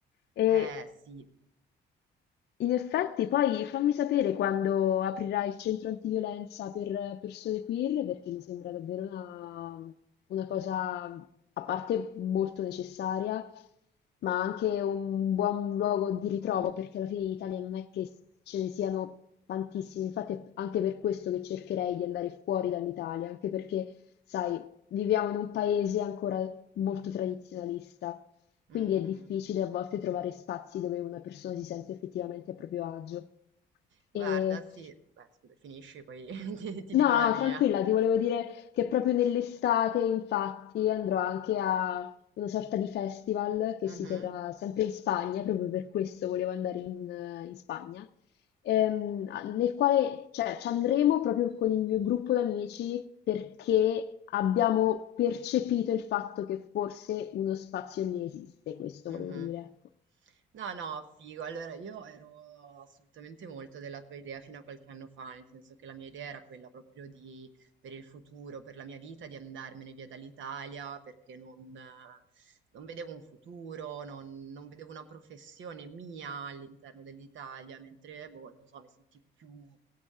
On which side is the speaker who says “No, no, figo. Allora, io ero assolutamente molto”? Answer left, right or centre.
Right